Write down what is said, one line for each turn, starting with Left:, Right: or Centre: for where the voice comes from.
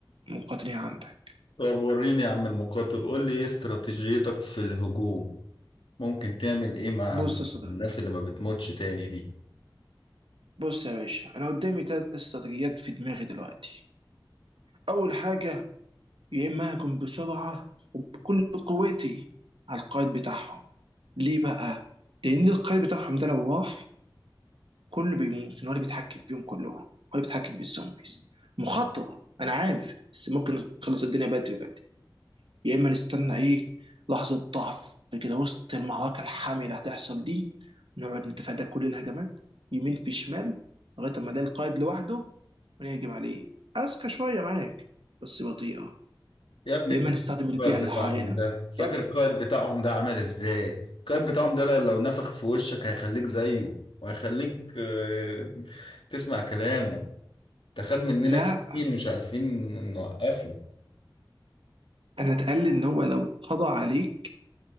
Right: مقاتلين عندك
Left: طب وريني يا عم المقاتل قول لي ايه استراتيجيتك في الهجوم ممكن تعمل ايه مع
Right: بص يا صدى
Left: الناس اللي ما بتموتش تاني دي
Right: بص يا باشا انا قدامي ثلاث استراتيجيات في دماغي دلوقتي اول حاجه يا اما اهجم بسرعه وبكل قوتي على القائد بتاعهم ليه بقى لان القائد بتاعهم ده لو راح كله بيموت إن هو اللي بيتحكم فيهم كلهم هو اللي بيتحكم بالزومبيز مخاطره انا عارف بس ممكن نخلص الدنيا بدري بدري يا اما نستنى ايه لحظه ضعف كده وسط المعركه الحاميه اللي هتحصل دي نقعد نتفادى كل الهجمات يمين في شمال لغايه ما ده القائد لوحده ونهجم عليه اذكى شويه معاك بس بطيئه
Left: يا ابني
Right: يا
Left: انت
Right: اما
Left: فاكر
Right: نستخدم البيئه
Left: القائد
Right: اللي
Left: بتاعهم
Right: حوالينا
Left: ده فاكر
Right: يا ابني
Left: القائد بتاعهم ده عمل ازاي القائد بتاعهم ده لو نفخ في وشك هيخليك زيه وهيخليك آه، تسمع كلامه ده خد مننا
Right: لا
Left: كتير مش عارفين نوقفه
Right: انا اتقال ان هو لو قضى عليك